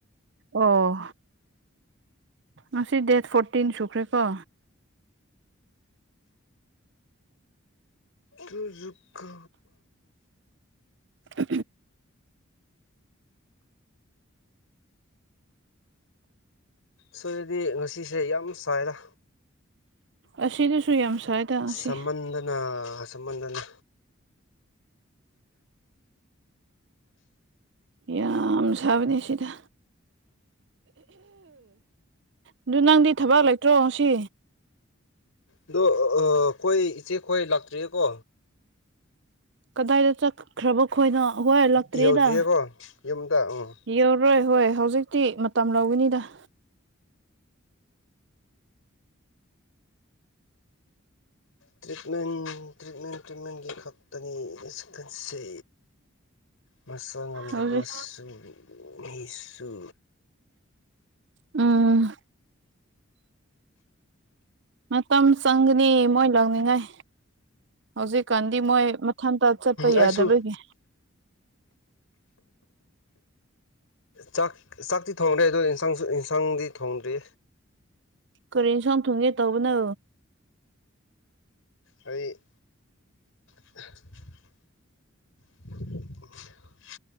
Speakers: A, on the right (about 55°); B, on the left (about 80°).
A: ꯑꯣ ꯉꯁꯤ ꯗꯦꯠ ꯐꯣꯔꯇꯤꯟ ꯁꯨꯈ꯭ꯔꯦꯀꯣ
B: ꯇꯖꯨꯛꯀ
A: ꯎ
B: ꯁꯣꯏꯗꯗꯤ ꯉꯁꯤꯁꯦ ꯌꯥꯝ ꯁꯥꯏꯔ
A: ꯑꯁꯤ ꯑꯁꯤꯗꯤꯁꯨꯨ ꯌꯥꯝ ꯁ꯭ꯋꯥꯏꯗ ꯉꯁꯤ
B: ꯁꯃꯟꯗꯅ ꯁꯃꯟꯗꯅ
A: ꯌꯥꯝ ꯁꯥꯕꯅꯦ ꯁꯤꯗ ꯑꯗꯨ ꯅꯪꯗꯤ ꯊꯕꯥꯛ ꯂꯩꯇ꯭ꯔꯣ ꯁꯤ
B: ꯑꯗꯣ ꯑꯩꯈꯣꯏ ꯏꯆꯦ ꯈꯣꯏ ꯂꯥꯛꯇ꯭ꯔꯤꯌꯦ ꯀꯣ
A: ꯀꯗꯥꯏꯗ ꯆꯠꯈ꯭ꯔꯕ ꯈꯣꯏꯅꯣ ꯍꯂꯛꯇ꯭ꯔꯔꯤꯗ
B: ꯌꯧꯗ꯭ꯔꯤꯌꯦꯀꯣ ꯌꯨꯝꯗ ꯎꯝ
A: ꯌꯧꯔꯣꯏ ꯍꯣꯏ ꯍꯧꯖꯤꯛꯇꯤ ꯃꯇꯝ ꯂꯧꯒꯅꯤꯗ
B: ꯇ꯭ꯔꯤꯠꯃꯦꯟ ꯇ꯭ꯔꯤꯠꯃꯦꯟ ꯇ꯭ꯔꯤꯠꯃꯦꯟꯒꯤ ꯈꯛꯇꯅꯤ ꯈꯟꯁ ꯃꯁꯆꯥ ꯉꯝꯗꯕꯁꯨ
A: ꯍꯧꯖꯤꯛ
B: ꯃꯤꯁꯨ
A: ꯎꯝ ꯃꯇꯝ ꯆꯪꯒꯅꯤ ꯃꯣꯏ ꯂꯧꯅꯤꯡꯉꯥꯏ ꯍꯧꯖꯤꯛꯀꯥꯟꯗꯤ ꯃꯣꯏ ꯃꯊꯟꯇ ꯆꯠꯄ ꯌꯥꯗꯕꯒꯤ
B: ꯑꯩꯁꯨ ꯆꯥꯛ ꯆꯥꯛꯇꯤ ꯊꯣꯡꯗ꯭ꯔꯦ ꯑꯗ ꯏꯟꯁꯥꯡꯁꯨ ꯏꯟꯁꯥꯡꯗꯤ ꯊꯣꯡꯗ꯭ꯔꯤ
A: ꯀꯔꯤꯦꯟ ꯁꯣꯝ ꯊꯨꯡꯒꯦ ꯇꯧꯕꯅꯣ
B: ꯑꯩ <inaudible> ꯎ